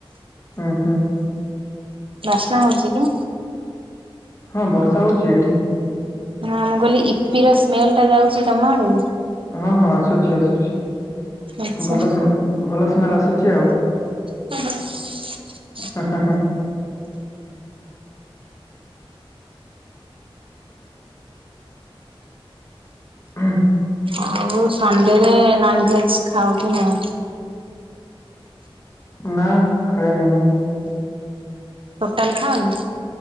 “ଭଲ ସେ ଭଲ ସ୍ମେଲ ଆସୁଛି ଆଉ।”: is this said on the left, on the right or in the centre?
Left